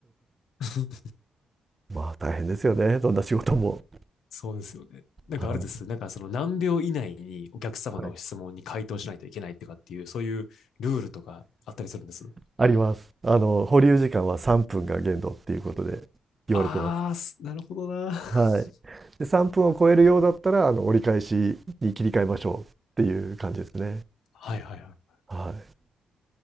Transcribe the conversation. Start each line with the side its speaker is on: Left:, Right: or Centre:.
Left: <laughs>
Right: まあ大変ですよね、どんな仕事も。
Left: そうですよね。なんかあれです。
Right: あー
Left: なんかその何秒以内にお客様の質問に回答しないといけないとかっていう、
Right: はい、
Left: そういうルールとかあったりするんです。
Right: あります。あの、保留時間は3分が限度っていうことで言われてます。
Left: ああ、すなるほどな。<laughs>
Right: はい。で、3分を超えるようだったら、あの、折り返しに切り替えましょうっていう感じですね。
Left: はいはいはい。
Right: は